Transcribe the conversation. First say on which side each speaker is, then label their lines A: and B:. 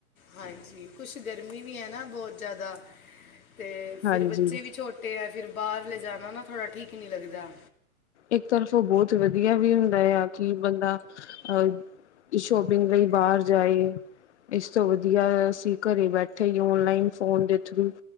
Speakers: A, on the left; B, on the left.
A: ਹਾਂਜੀ ਕੁਛ ਗਰਮੀ ਵੀ ਹੈ ਨਾ ਬਹੁਤ ਜ਼ਿਆਦਾ ਅਤੇ
B: ਹਾਂਜੀ
A: ਫਿਰ ਬੱਚੇ ਵੀ ਛੋਟੇ ਤੇ ਹੈ ਫਿਰ ਬਾਹਰ ਲੇੈ ਜਾਣਾ ਨਾ ਥੋੜ੍ਹਾ ਠੀਕ ਨਹੀਂ ਲੱਦਾ
B: ਇੱਕ ਤਰਫ ਉਹ ਬਹੁਤ ਵਧੀਆ ਵੀ ਹੁੰਦਾ ਆ ਕਿ ਬੰਦਾ ਅਹ ਸ਼ੋਪਿੰਗ ਲਈ ਬਾਹਰ ਜਾਏ ਇਸ ਤੋਂ ਵਧੀਆ ਅਸੀਂ ਘਰੇ ਬੈਠੇ ਹੀ ਓਨਲਾਈਨ ਫੋਨ ਦੇ ਥਰੂ